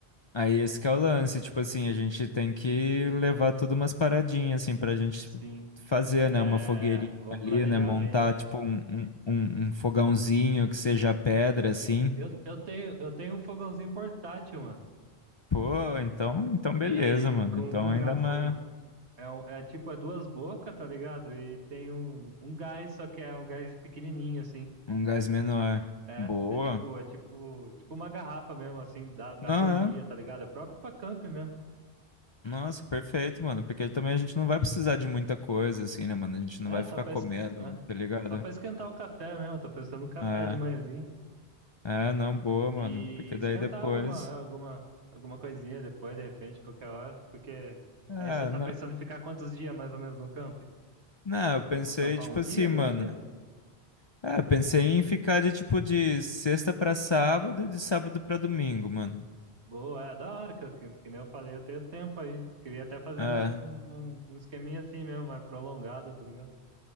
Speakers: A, on the left; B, on the right.
A: Aí esse que é o lance, tipo assim, a gente tem que levar tudo umas paradinhas, assim, pra gente
B: Sim.
A: fazer,
B: É,
A: né? Uma fogueirinha
B: é, vamos
A: ali,
B: planejar
A: né? Montar,
B: bem, é.
A: tipo, um, um, um um fogãozinho que seja pedra, assim.
B: Eu, eu tenho, eu tenho um fogãozinho portátil, mano.
A: Pô, então, então beleza,
B: E
A: mano.
B: com,
A: Então
B: com,
A: ainda
B: ga-
A: uma,
B: com É, um- é tipo, é duas bocas, tá ligado? E tem um, um gás, só que é um gás pequenininho, assim.
A: um gás menor.
B: É,
A: Boa.
B: é tipo, é tipo, tipo uma garrafa mesmo, assim, dá, dá
A: Não,
B: pra um dia,
A: é.
B: tá ligado? É próprio pra camp mesmo.
A: Nossa, perfeito, mano. Porque também a gente não vai precisar de muita coisa, assim, né, mano? A gente não
B: É,
A: vai
B: só
A: ficar
B: pra,
A: comendo,
B: es- é,
A: tá ligado?
B: só pra esquentar o café mesmo. Tô pensando no café
A: É,
B: de manhãzinha.
A: é, não, boa, mano.
B: E
A: Porque
B: esquentar
A: daí depois.
B: alguma, alguma, alguma coisinha depois, de repente, qualquer hora. Porque
A: É,
B: aí você tá
A: não.
B: pensando em ficar quantos dias mais ou menos no camp?
A: Não, eu
B: O,
A: pensei,
B: o- campar
A: tipo
B: um dia,
A: assim, mano.
B: dois dias?
A: É, eu pensei em ficar de tipo de sexta pra sábado e de sábado pra domingo, mano.
B: Boa, é da hora, que, eu- que, que nem eu falei, eu tenho tempo aí. Queria até fazer
A: É.
B: uma, vi- um, um, um esqueminha assim mesmo, mais prolongado, tá ligado?